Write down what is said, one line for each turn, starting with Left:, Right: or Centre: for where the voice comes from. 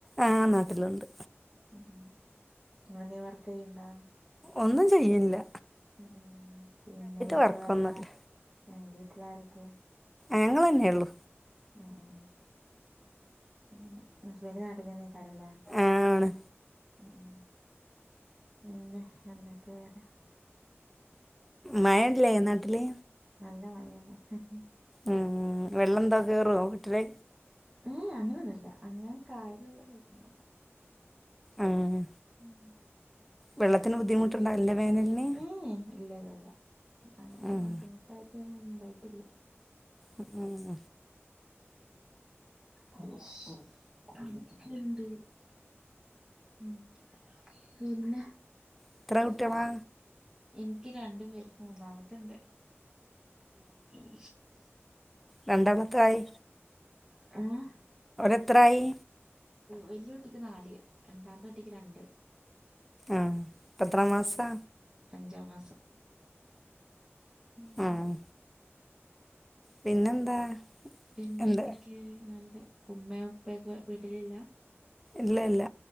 Centre: ആഹ് നാട്ടില്ണ്ട്
Right: ഉം ഉം ഒനെന്തെ വർക്ക് ചെയ്യണ്ടാ
Centre: ഒന്നും ചെയ്യിണ്ല്ല
Right: ഉം പിന്നെ വീട്ടില്
Centre: വർക്കൊന്നുമില്ല
Right: വെ ഏഹ് വീട്ടിലാരൊക്കെ
Centre: ഞങ്ങളെന്നെയുള്ളു
Right: ഏഹ് ങ്ങനെ നുസൈബ നാട്ടിൽ തന്നെ തരില്ല
Centre: ആണ്
Right: ഉം പിന്നെ എന്ത കേറെ
Centre: മഴ ഇല്ലേ നട്ടില്
Right: മഴാണ് ഹ്ഹ്
Centre: ഉം വെള്ളന്താ കേറോ ട്ടില്
Right: ഏഹ് അങ്ങനെന്നുല്ല അങ്ങനെ കാര്യള്ളത്തന്നല്ല
Centre: ആഹ്
Right: ഉം
Centre: വെള്ളത്തിന് ബുദ്ധിമുട്ടുണ്ട അല്ല വേനലിന്
Right: ഏ ഇല്ല ഇല്ല ഇല്ല അങ്ങനെ
Centre: ഉം
Right: ബുദ്ധിമുട്ടായിട്ട് ഇണ്ടായിട്ടില്ല
Centre: ഉം
Right: അ <unintelligible> ക്ക്ണ്ട് ഉം പിന്നെ
Centre: എത്ര
Right: വേറെന്തെ
Centre: കുട്ടികളാ
Right: എനിക്ക് രണ്ടു പേര് മൂന്നാമത്തണ്ട് ഉം
Centre: രണ്ടാമത്തായി
Right: ഏഹ്
Centre: എത്രായി
Right: വലിയകുട്ടിക്ക് നാല് രണ്ടാത്തെ കുട്ടിക്ക് രണ്ട്
Centre: ആഹ് എത്രാം
Right: ഉം
Centre: മാസാ
Right: അഞ്ചാം മാസം ഉം
Centre: ആഹ് പിന്നെന്താ
Right: പിന്നെ
Centre: എന്താ
Right: എന്തൊക്കെയെ നല്ലത് ഉമ്മയോ ഉപ്പയൊക്കെ വീട്ടിലില്ല
Centre: ഇല്ല ഇല്ല